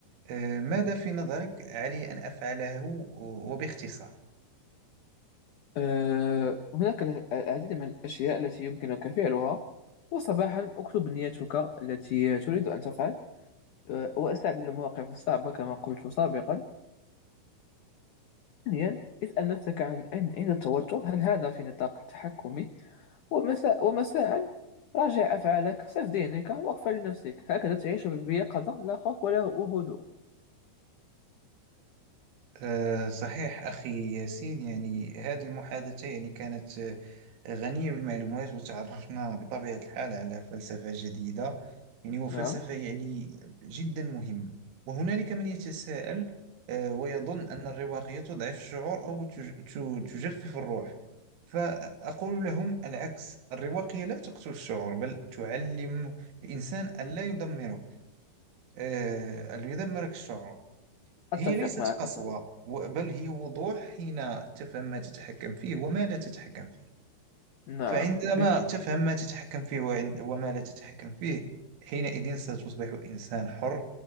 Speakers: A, on the right; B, on the left.
A: آه، ماذا في نظرك علي أن أفعله وباختصار؟
B: أه هناك العديد من الأشياء التي يمكنك فعلها وصباحا اكتب نيتك التي تريد أن تفعل أه واستعد للمواقف الصعبة كما قلت سابقا ثانيا اسأل نفسك عن عند عند التوتر هل هذا في نطاق تحكمي ومساء ومساء راجع أفعالك صف ذهنك واغفر لنفسك هكذا تعيش بيقظة لا خوف ولا هدوء
A: آه، صحيح أخي ياسين يعني هذه المحادثة يعني كانت آه، غنية بالمعلومات وتعرفنا بطبيعة الحال على فلسفة جديدة يعني وفلسفة
B: نعم
A: يعني جدا مهمة وهنالك من يتساءل آه، ويظن أن الرواقية تضعف الشعور أو تج- ت- تجفف الروح فأقول لهم العكس الرواقية لا تقتل الشعور بل تعلم الإنسان ألا يدمره آه، ألا يدمرك الشعور هي
B: أتفق
A: ليست
B: معك
A: قسوة
B: صديقي
A: و- بل هي وضوح حين تفهم ما تتحكم فيه وما لا تتحكم فيه
B: نعم
A: فعندما
B: بك-
A: تفهم ما تتحكم فيه وعن- وما لا تتحكم فيه حينئذ ستصبح إنسان حر